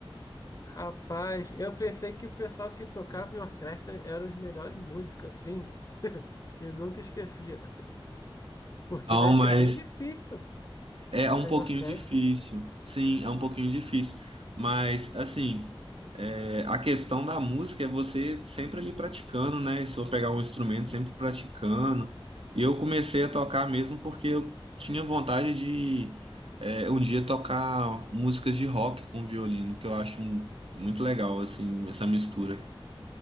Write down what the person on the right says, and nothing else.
Não,
mas
É é
um pouquinho
difícil, sim, é um pouquinho difícil, mas assim, é, a questão da música é você sempre ali praticando, né? Se eu pegar um instrumento, sempre praticando. E eu comecei a tocar mesmo porque eu tinha vontade de é, um dia tocar músicas de rock com violino, que eu acho um- muito legal, assim, essa mistura.